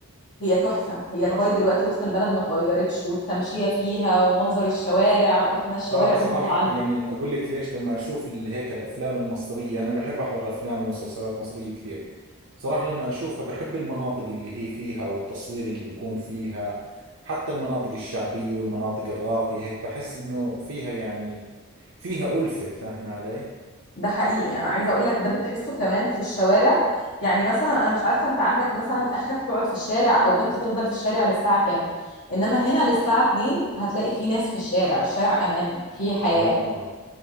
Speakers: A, on the left; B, on the right.
A: هي تحفه هي لغايه دلوقتي وسط البلد ما اتغيرتش والتمشيه فيها ومنظر الشوارع واحنا الشوارع
B: آه بصراحة
A: بتفضل عند
B: يعني أقول لك ليش لما أشوف ال- هيك الأفلام المصرية أنا بحب أحضر أفلام ومسلسلات مصرية كثير بصراحة لما أشوفها بحب المناطق اللي هي فيها أو التصوير اللي بيكون فيها حتى المناطق الشعبية والمناطق الراقية هيك بحس إنه فيها يعني فيها ألفة فاهمة علي؟
A: ده حقيقي انا عايزه اقول لك ده بتحسه كمان في الشوارع يعني مثلا انا مش عارفه انت عندك مثلا اخرك تقعد في الشارع او بنت تفضل في الشارع للساعه كام انما هنا للساعه 2 هتلاقي في ناس في الشارع الشارع امان في حياه
B: آه